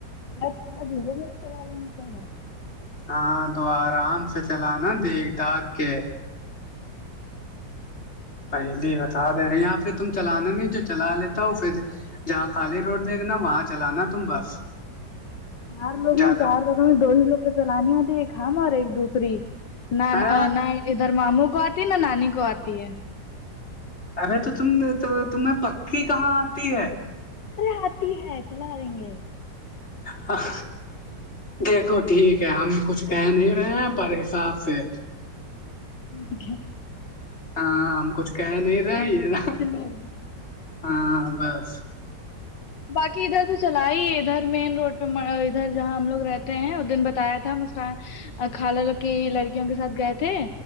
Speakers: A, on the left (about 80°); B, on the left (about 35°).
A: ار تھوڑا دھیرے دھیرے کرا لے کیا رہا
B: ہاں تو آرام سے چل نا دیکھ دھاگ کے پہلی بتا دے رہے اں پھر تم چلانا نہیں جو چلا لیتا ہو پھر جہاں خالی روڈ دیکھناا وہاں چلانا تم بس
A: چار لوگ
B: زیادہ
A: ہیں چار لوگوں میں دو ہی لوگ کو چلانیتیھی ایک ہم اور ایک دوسری نہ
B: ہ
A: نہ ادھر ماموں کو آتی نہ نانی کو آتی ہے
B: ارے تو تم تو تمہیں پکی کہاں آتی ہے
A: ارے ہاتھی ہے چلا رہیں گے
B: ہاں دیکھو ٹھیک ہے ہم کچھ کہہ نہیں رہے ہیں پر حساب سے
A: ٹیک ہے
B: ہاں ہم کچھ کہ نہیں
A: دعا
B: رہے
A: دو
B: ہیں
A: ٹینشن
B: نا
A: نہ لو
B: ہاں بس
A: باقی ادھر تو چلا ہی ادھر مین روڈ پہ ادھر جہاں ہم لوگ رہتے ہیں وہ دن بتایا تھا ہم اس کا کال کی لڑکیوں کے ساتھ گئے تھے